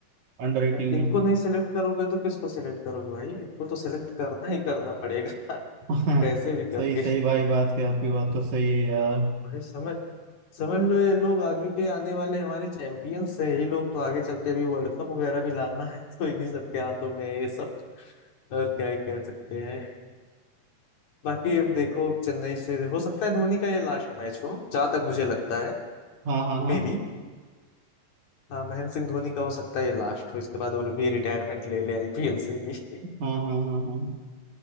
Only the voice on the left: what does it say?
अब इनको
नहीं सिलेक्ट करोगे तो किसको सिलेक्ट करोगे भाई इनको तो सिलेक्ट करना ही करना पड़ेगा <laughs>
कैसे भी
करके
भाई समझ समझ लो ये लोग आगे के आने वाले हमारे चैंपियंस है ये लोग तो आगे चल के अभी वर्ल्ड कप वगैरह भी लाना है तो इन्हीं सब के हाथों में है ये सब और क्या ही कह सकते हैं बाकी अब देखो चेन्नई से हो सकता है धोनी का ये लास्ट मैच हो जहां तक मुझे लगता है
May
be हाँ महेंद्र सिंह धोनी का हो सकता है ये लास्ट हो इसके बाद और भी रिटायरमेंट ले ले आईपीएल से भी <laughs>